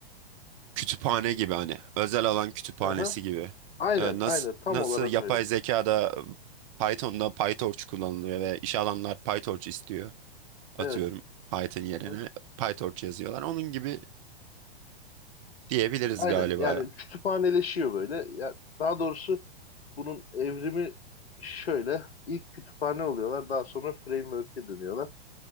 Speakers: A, on the right; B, on the left.
A: kütüphane gibi hani özel alan kütüphanesi
B: Aha.
A: gibi.
B: Aynen,
A: nasıl
B: aynen tam
A: nasıl
B: olarak
A: yapay
B: öyle.
A: zekada e, Python'da PyTorch kullanılıyor ve iş alanlar PyTorch istiyor. Atıyorum
B: Evet.
A: Python yerine
B: Aha.
A: PyTorch yazıyorlar. Onun gibi diyebiliriz
B: Aynen.
A: galiba.
B: Yani kütüphaneleşiyor böyle. Ya daha doğrusu bunun evrimi şöyle. İlk kütüphane oluyorlar, daha sonra framework'e dönüyorlar.